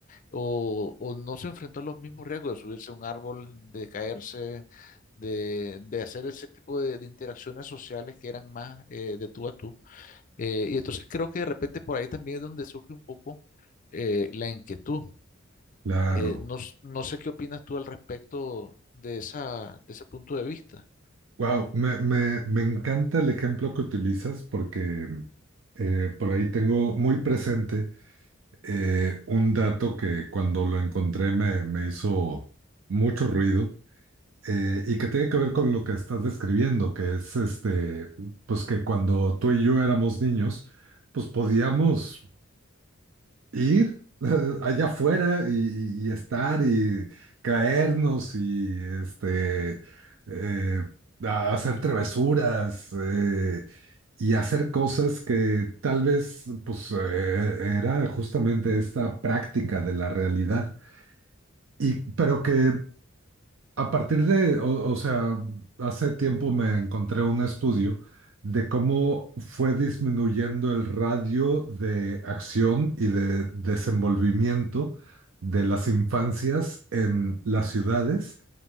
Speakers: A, on the left (about 40°); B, on the right (about 70°).
A: O, o no se enfrentó a los mismos riesgos de subirse a un árbol, de caerse, de, de hacer ese tipo de, de interacciones sociales que eran más eh, de tú a tú. Eh, y entonces creo que de repente por ahí también es donde surge un poco eh, la inquietud.
B: claro.
A: Eh, no, s- no sé qué opinas tú al respecto de esa, de ese punto de vista.
B: Wow, me, me, me encanta el ejemplo que utilizas porque eh, por ahí tengo muy presente eh, un dato que cuando lo encontré me, me hizo mucho ruido eh, y que tiene que ver con lo que estás describiendo, que es este, pues que cuando tú y yo éramos niños, pues podíamos ir <laughs> allá afuera y, y- y estar y caernos y este, eh, a- hacer travesuras eh, y hacer cosas que tal vez, pues eh, era justamente esta práctica de la realidad. Y, pero que a partir de, o, o sea, hace tiempo me encontré un estudio de cómo fue disminuyendo el radio de acción y de desenvolvimiento de las infancias en las ciudades